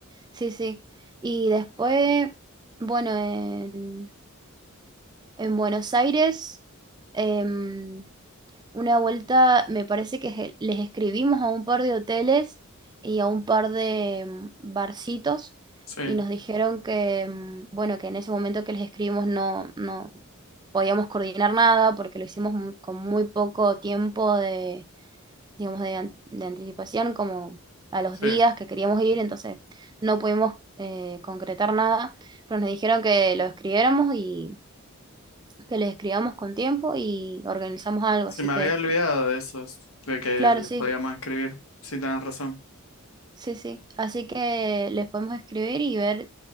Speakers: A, on the right; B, on the left.
A: Sí, sí. Y después, bueno, en, en Buenos Aires, em, una vuelta, me parece que je- les escribimos a un par de hoteles y a un par de mm, barcitos
B: sí,
A: y nos dijeron que, mm, bueno, que en ese momento que les escribimos no, no podíamos coordinar nada porque lo hicimos mu- con muy poco tiempo de, digamos, de, an- de anticipación, como a los
B: sí.
A: días que queríamos ir, entonces no pudimos eh, concretar nada, pero nos dijeron que lo escribiéramos y que les escribamos con tiempo y organizamos algo,
B: Se
A: así
B: me
A: que...
B: había olvidado de esos, de que
A: Claro,
B: les
A: sí.
B: podíamos escribir. Sí, tenés razón.
A: Sí, sí. Así que les podemos escribir y ver